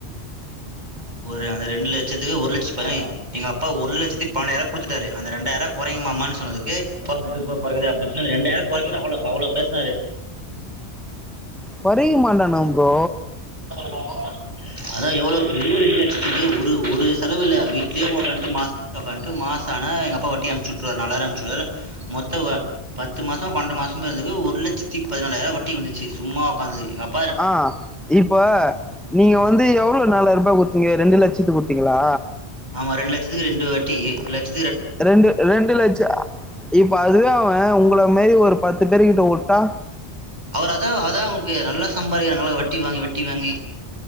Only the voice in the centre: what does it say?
கொறயுமாட்டாணா ப்ரோ
அ இப்ப நீங்க வந்து எவ்ளோ நாலாயிருபா குத்தீங்க ரெண்டுலட்சத்துக் குத்தீங்ளா
ரெண்டு ரெண்டு லட்ச அ இப்ப அதுவே அவ உங்கள மேரி ஒரு பத்து பேரு கிட்ட ஒட் றா